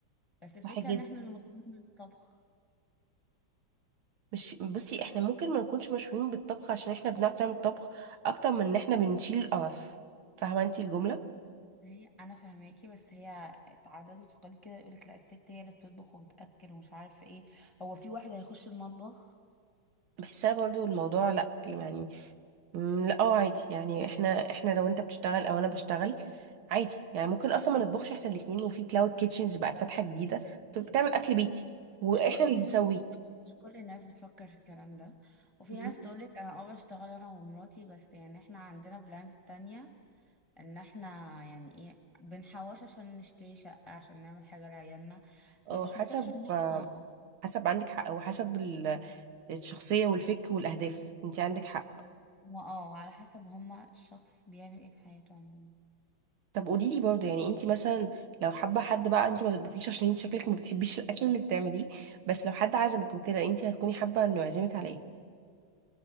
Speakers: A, on the left (about 15°); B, on the right (about 85°).
A: بس الفكرة
B: صح جدا
A: ان احنا اللي مشهورين بالطبخ
B: مش بصي احنا ممكن ما نكونش مشهورين بالطبخ عشان احنا بنعرف نعمل طبخ اكتر من ان احنا بنشيل القرف فاهمة انتي الجملة
A: هي انا فهماكي بس هي عادات وتقاليد كده يقولك لا الست هي اللي بتطبخ وبتاكل ومش عارف ايه هو في واحد هيخش المطبخ
B: بحسها برضو الموضوع لا يعني مم، لا اه عادي يعني احنا احنا لو انت بتشتغل او انا بشتغل عادي يعني ممكن اصلا ما نطبخش احنا الاتنين وفي كلاود كيتشنز بقت فاتحه جديده طب بتعمل اكل بيتي واحنا
A: مش كل الناس
B: اللي نسويه
A: مش كل الناس بتفكر في الكلام ده وفي
B: مم.
A: ناس تقولك انا اه بشتغل انا ومراتي بس يعني احنا عندنا بلانز تانية ان احنا يعني ايه بنحوش عشان نشتري شقة عشان نعمل حاجة لعيالنا
B: اه
A: فمش
B: حسب
A: متاح ان احنا
B: آه، حسب عندك حق وحسب ال- الشخصيه والفك والاهداف انت عندك حق
A: اه على حسب هما الشخص بيعمل ايه في حياته عموما
B: طب قولي لي برضه يعني انت مثلا لو حابه حد بقى انت ما تطبخيش عشان انت شكلك ما بتحبيش الاكل اللي بتعمليه بس لو حد عزمك وكده انت هتكوني حابه انه يعزمك على ايه